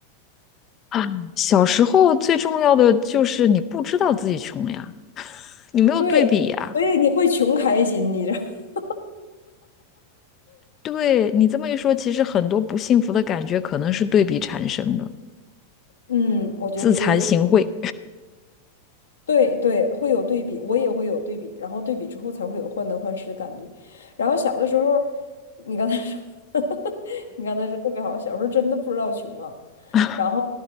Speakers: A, on the left; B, on the left.
A: 啊，小时候最重要的就是你不知道自己穷呀，你没有对比呀。
B: 对，所以你会穷开心，你知道。<laughs>
A: 对，你这么一说，其实很多不幸福的感觉可能是对比产生的，
B: 嗯，我觉得你这个。
A: 自惭形秽。
B: 对对，会有对比，我也会有对比，然后对比之后才会有患得患失的感觉。然后小的时候，你刚才说，<laughs> 你刚才说特别好，小时候真的不知道穷啊。
A: <laughs>
B: 然后，